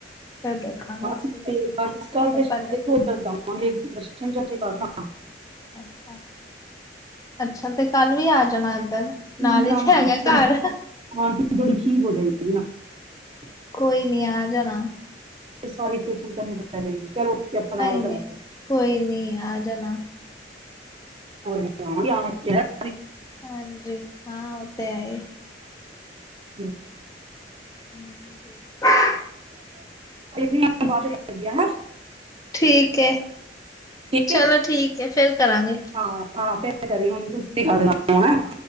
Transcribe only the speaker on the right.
ਬਸ
ਤੇ ਬਸ
ਕੱਲ
ਦੇ
ਦੇਖੋ ਉਧਰ ਜਾਵਾਂਗੇ ਦਰਸ਼ਨ ਚਾਚੇ ਕਰਨਾ
ਇੰਨਾ
ਆਂਟੀ
ਥੋੜੀ
ਆਂਟੀ ਥੋੜੀ <unintelligible>
ਸਾਰੀ ਖੇਚਲ ਤੈਂਨੂੰ ਪੈ ਜਾਏਗੀ ਚਲੋ ਉੱਥੇ ਆਪਾਂ ਨਾਲ
ਕਰਾਂਗੇ
ਕੋਈ ਨਹੀਂ ਆਵਾ ਗੇ <unintelligible>
ਹੁੰ
ਬੇਬੀ ਮੈ ਬਾਅਦ ਚੋ ਗੱਲ ਕਰਨੀ ਆ ਹੇ
ਹੈ
ਹਾਂ ਹਾਂ ਫਿਰ ਕਰੀ ਹੁਣ ਤੁਸੀਂ ਸਿੱਖਾ ਦੇਣਾ ਮੈਨੂੰ ਨਾ